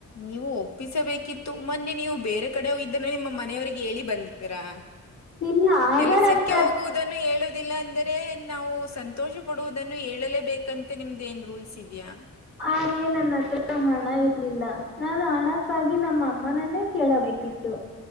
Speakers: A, on the left; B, on the left.
A: ನೀವು ಒಪ್ಪಿಸಬೇಕಿತ್ತು ಮೊನ್ನೆ ನೀವು ಬೇರೆ ಕಡೆ ಹೋಯಿದ್ದನ್ನು ನಿಮ್ಮ ಮನೆಯವ್ರಿಗೆ ಹೇಳಿ ಬಂದಿದೀರಾ.
B: ಇಲ್ಲ ಆಗ
A: ಕೆಲಸಕ್ಕೆ
B: ನನ್ನ
A: ಹೋಗುವು ದನ್ನು ಹೇಳುವುದಿಲ್ಲ ಅಂದರೆ ನಾವು ಸಂತೋಷ ಪಡುವುದನ್ನು ಹೇಳಲ ಬೇಕಂತ ನಿಮ್ದ ಏನ್ ರೂಲ್ಸ್ ಇದೆಯಾ.
B: ಹಾಗೇ ನನ್ನ ಹತ್ರ ಹಣ ಇರ್ಲಿಲ್ಲ ನಾನು ಹಣಕ್ಕಾಗಿ ನಮ್ಮಅಮ್ಮನನ್ನೇ ಕೇಳಬೇಕಿತ್ತು